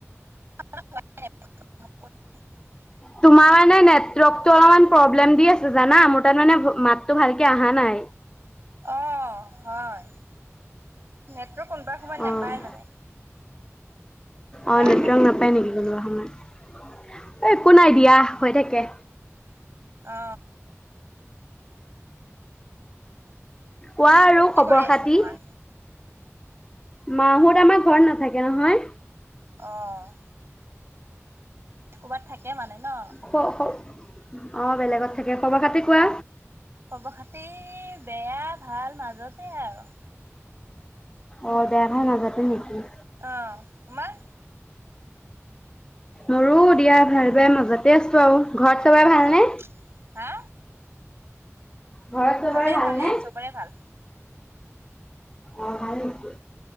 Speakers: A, on the right (about 55°); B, on the left (about 15°).
A: <unintelligible>
B: তোমাৰ মানে নেটৱৰ্কতটো অলপমান প্ৰব্লেম দি আছে জানা, মোৰ তাত মানে মাতটো ভালকে অহা নাই।
A: অ' হয়। নেটৱৰ্ক কোনোবা সময়ত
B: অ',
A: নাপায় মানে। সেইকাৰণে
B: অ' নেটৱৰ্ক নাপাই নেকি কোনোবা একো নাই দিয়া হৈ থাকে।
A: অ।
B: কোৱা
A: মাহত
B: আৰু
A: কি
B: খবৰ
A: কৰি আছে
B: খাতি।
A: তোমাৰ?
B: মা হত আমাৰ ঘৰত নাথাকে নহয়।
A: অ'। ক'বাত থাকে মানে। ন?
B: শ শ অ' বেলেগত থাকে খবৰ খাতি কোৱা।
A: খবৰ খাতি বেয়া ভাল মাজতে আৰু।
B: অ' দেৰ হৈ মাজতে নেকি
A: অহ তোমাৰ?
B: মোৰো দিয়া ভাল। বাই মাজাতে আছো আৰু। ঘৰত চবৰে ভাল
A: অ'
B: নে?
A: হা।
B: ঘৰত চবৰে
A: ভালে
B: ভালনে?
A: ভালে চবৰে ভাল।
B: অ' ভাল হৈছে।